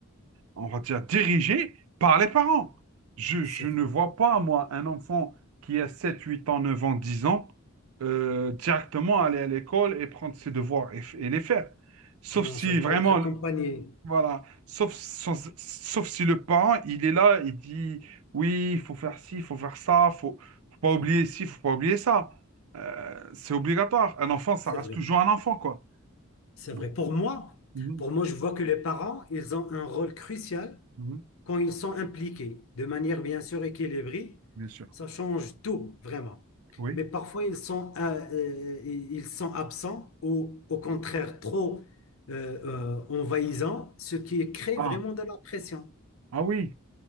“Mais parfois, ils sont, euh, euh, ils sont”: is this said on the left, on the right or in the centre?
Left